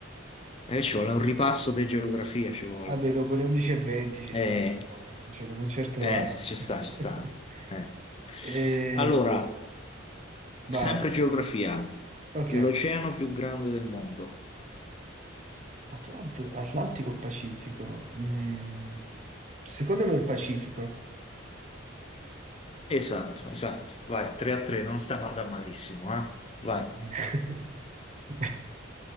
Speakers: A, on the left; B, on the right.
A: Eh, ci vuole un ripasso di geografia, ci vuole.
B: Vabbè, dopo le 11.20 ci sta,
A: Eh,
B: dopo, cioè dopo un certo
A: eh,
B: orario.
A: sì, ci
B: <laughs>
A: sta, ci sta. Eh.
B: E...
A: Allora,
B: Vai,
A: Sempre geografia.
B: ok.
A: L'oceano più grande del mondo.
B: Atlant- Atlantico o Pacifico? Mm, Secondo me il Pacifico.
A: Esatto, esatto. Vai, 3 a 3, non stiamo andando malissimo, eh? Vai.
B: <laughs>